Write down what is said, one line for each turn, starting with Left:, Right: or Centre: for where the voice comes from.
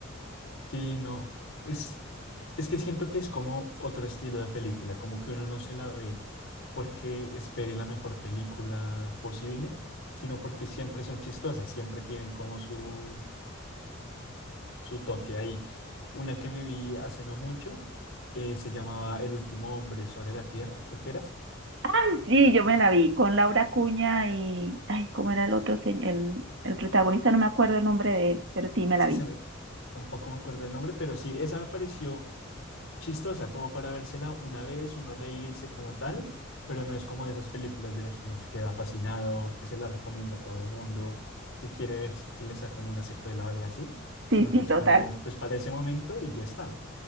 Left: Sí, no, pues es que siento que es como otro estilo de película, como que uno no se la ve porque espere la mejor película posible, sino porque siempre son chistosas, siempre tienen como su, su toque ahí. Una que me vi hace no mucho eh, se llamaba El último hombre sobre la tierra, creo que era.
Right: Ay, sí, yo me la vi con Laura Cuña y, ay, ¿cómo era el otro, se- el, el protagonista? No me acuerdo el nombre de él, pero sí me
Left: Sí,
Right: la vi.
Left: se me- tampoco me acuerdo el nombre, pero sí, esa me pareció chistosa, como para vérsela una vez, uno reírse como tal, pero no es como de esas películas de las que uno se queda fascinado, que se la recomienda a todo el mundo, que quiere ver si le sacan una secuela o algo así, sino
Right: Sí, sí,
Left: que es
Right: total.
Left: como, pues para ese momento y ya está.